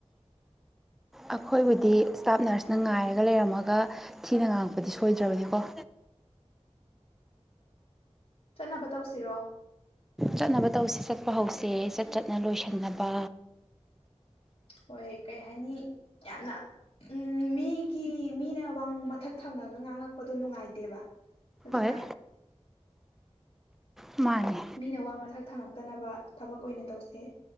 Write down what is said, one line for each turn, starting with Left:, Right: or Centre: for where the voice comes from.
Centre: ꯑꯩꯈꯣꯏꯕꯨꯗꯤ ꯏꯁꯇꯥꯞ ꯅꯔꯁꯅ ꯉꯥꯏꯔꯒ ꯂꯩꯔꯝꯃꯒ ꯊꯤꯅ ꯉꯥꯡꯉꯛꯄꯗꯤ ꯁꯣꯏꯗ꯭ꯔꯕꯅꯤꯀꯣ
Left: ꯆꯠꯅꯕ ꯇꯧꯁꯤꯔꯣ
Centre: ꯆꯠꯅꯕ ꯇꯧꯁꯤ ꯆꯠꯄ ꯍꯧꯁꯦ ꯆꯠ ꯆꯠꯅ ꯂꯣꯏꯁꯟꯅꯕ
Left: ꯍꯣꯏ ꯀꯩ ꯍꯥꯏꯅꯤ ꯌꯥꯝꯅ ꯎꯝ ꯃꯤꯒꯤ ꯃꯤꯅ ꯋꯥꯉꯪ ꯃꯊꯛ ꯊꯪꯉꯒ ꯉꯥꯡꯉꯛꯄꯗꯣ ꯅꯨꯡꯉꯥꯏꯇꯦꯕ ꯑꯗꯨ
Centre: ꯍꯣꯏ
Left: ꯅ
Centre: ꯃꯥꯅꯤ
Left: ꯃꯤꯅ ꯋꯥ ꯃꯊꯛ ꯊꯪꯉꯛꯇꯅꯕ ꯊꯕꯛ ꯑꯣꯏꯅ ꯇꯧꯁꯦ